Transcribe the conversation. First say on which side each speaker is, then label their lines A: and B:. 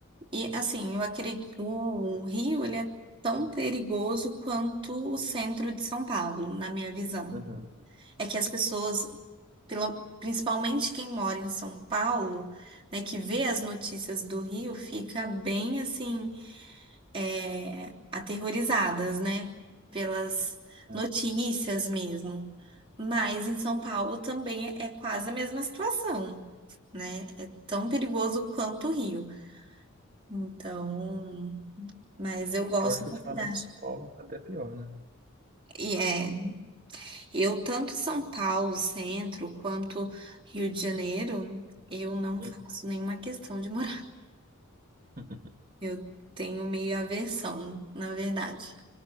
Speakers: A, on the right; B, on the right.
A: E assim, eu acredito, o Rio, ele é tão perigoso quanto o centro de São Paulo, na minha visão.
B: Uhum,
A: É que as pessoas, pelo- principalmente quem mora em São Paulo, né, que vê as notícias do Rio, fica bem assim, é, aterrorizadas, né, pelas
B: é.
A: notícias mesmo. Mas em São Paulo também é é quase a mesma situação, né? É tão perigoso quanto o Rio. Então, mas eu gosto
B: Eu acho que
A: da
B: ultimamente
A: cidade.
B: São Paulo tá até pior, né?
A: E é, eu tanto São Paulo, centro, quanto Rio de Janeiro, eu não
B: Uhum.
A: faço nenhuma questão de morar. <laughs>
B: <laughs>
A: Eu tenho meio aversão, na verdade.